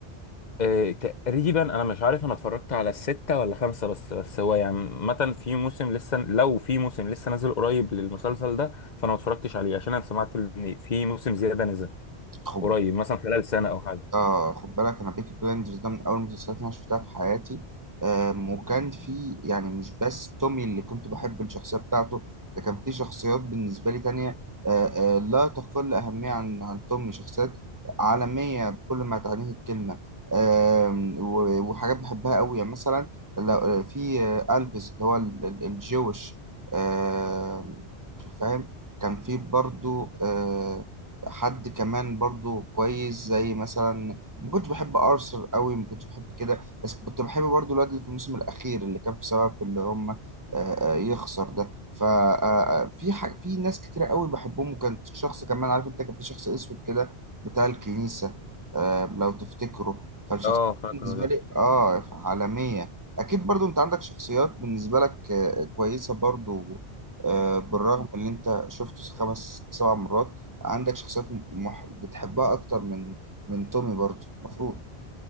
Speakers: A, on the left (about 45°); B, on the right (about 20°).
A: آه، تقريبا انا مش عارف انا اتفرجت على الستة ولا خمسة بس بس هو يعني مثلا في موسم لسه لو في موسم لسه نازل قريب للمسلسل ده فانا ما اتفرجتش عليه عشان انا سمعت ان في موسم زيادة نزل
B: خب
A: قريب مثلا خلال سنة او حاجة
B: اه خد بالك انا بيكي بلايندرز ده من اول المسلسلات اللي انا شفتها في حياتي آم، وكان في يعني مش بس تومي اللي كنت بحب الشخصيه بتاعته ده كان في شخصيات بالنسبه لي تانية آه، آه، لا تقل اهميه عن عن تومي شخصيات عالميه بكل ما تعنيه الكلمه آم، و- وحاجات بحبها قوي يعني مثلا لو- آه، في آه، الفيس اللي هو ال- ال- الجويش آم، فاهم كان في برضو آه، حد كمان برضو كويس زي مثلا ما كنتش بحب ارثر قوي ما كنتش بحب كده بس كنت بحب برضو الواد اللي في الموسم الاخير اللي كان بسبب في اللي هم آه، آه، يخسر ده ففي ح... في ناس كتيرة قوي بحبهم وكان شخص كمان عارف انت كان في شخص اسود كده بتاع الكنيسة آه، لو تفتكره فالشخصيات
A: اه فاكره
B: بالنسبة
A: ده
B: لي اه عالمية اكيد برضو انت عندك شخصيات بالنسبة لك آه، كويسة برضو آه، بالرغم اللي انت شفته خمس سبع مرات عندك شخصيات م- مح... بتحبها اكتر من من تومي برضه المفروض